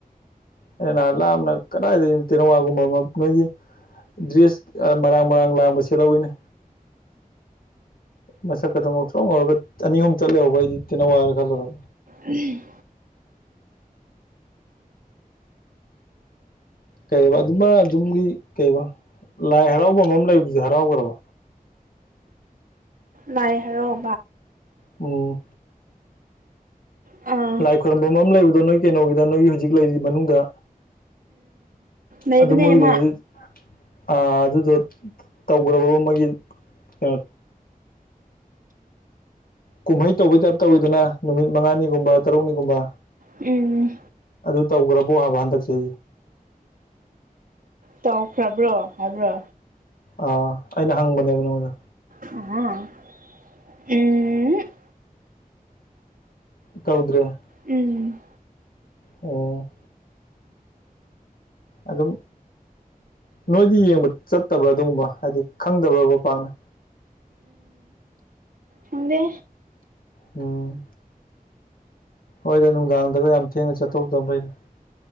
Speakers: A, on the left; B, on the right.
A: ꯑꯩꯅ ꯂꯥꯞꯅ ꯀꯗꯥꯏꯗꯒꯤ ꯇꯦꯅꯋꯥꯒꯨꯝꯕ ꯅꯣꯏꯒꯤ ꯗ꯭ꯔꯦꯁ ꯃꯔꯥꯡ ꯃꯔꯥꯡ ꯂꯥꯡꯕ ꯁꯦꯍꯏꯤꯅꯦ ꯃꯁꯛ ꯈꯛꯇꯪ ꯉꯥꯎꯊꯣꯛ ꯉꯧꯔꯒ ꯑꯅꯤ ꯑꯍꯨꯝ ꯆꯠꯂꯦꯍꯧꯕ ꯑꯩꯗꯤ ꯀꯩꯅꯣ ꯋꯥꯏꯔ ꯈꯜꯂꯨꯔꯦ
B: ꯎꯝ
A: ꯀꯩ ꯑꯗꯨꯃ ꯑꯗꯨꯝꯒꯤ ꯀꯩ ꯂꯥꯏ ꯍꯔꯥꯎꯕ ꯑꯃ ꯑꯃ ꯂꯩꯕꯗꯤ ꯍꯔꯥꯎꯈ꯭ꯔꯕ
B: ꯂꯥꯏ ꯍꯔꯛꯕ
A: ꯑ
B: ꯑꯥ
A: ꯂꯥꯏ ꯈꯣꯏꯔꯨꯝꯝꯕ ꯑꯃ ꯂꯩꯕꯗꯣ ꯅꯣꯏ ꯀꯩꯅꯣꯒꯤꯗ ꯅꯣꯏꯒꯤ ꯍꯧꯖꯤꯛ ꯂꯩꯔꯤ ꯃꯅꯨꯡꯗ
B: ꯂꯩꯕꯅꯦꯃ
A: ꯑꯗꯨ ꯃꯣꯏꯒꯤꯗꯨꯗꯤ ꯑꯗꯨꯗꯣ ꯇꯧꯈ꯭ꯔꯕꯕ ꯃꯣꯏꯒꯤ ꯀꯩꯅꯣ ꯀꯨꯝꯍꯩ ꯇꯧꯕꯩ ꯇꯥꯏꯞ ꯇꯧꯋꯤꯗꯅ ꯅꯨꯃꯤꯠ ꯃꯉꯥꯅꯤꯒꯨꯝꯕ ꯇꯔꯨꯛꯅꯤꯒꯨꯝꯕ
B: ꯎꯝ
A: ꯑꯗꯨ ꯇꯧꯈ꯭ꯔꯕꯣ ꯍꯥꯏꯕ ꯍꯟꯗꯛꯁꯦ
B: ꯇꯧꯈ꯭ꯔꯕ꯭ꯔꯣ ꯍꯥꯏꯕ꯭ꯔꯣ
A: ꯑꯥ ꯑꯩꯅ ꯍꯪꯕꯅꯦꯕ ꯅꯉꯣꯟꯗ
B: ꯑ ꯎꯝ
A: ꯇꯧꯗ꯭ꯔꯦ
B: ꯎꯝ
A: ꯑꯣ ꯑꯗꯨꯝ ꯅꯣꯏꯗꯤ ꯌꯦꯡꯕ ꯆꯠꯇꯕ꯭ꯔꯥ ꯑꯗꯨꯒꯨꯝꯕ ꯍꯥꯏꯕꯗꯤ ꯈꯪꯗꯕ꯭ꯔꯕ ꯄꯥꯛꯅ
B: ꯍꯗ
A: ꯑꯣ ꯍꯣꯏꯗ ꯅꯨꯡꯗꯥꯡꯗꯒ ꯌꯥꯝ ꯊꯦꯡꯅ ꯆꯠꯇꯧꯗ ꯐꯩꯅ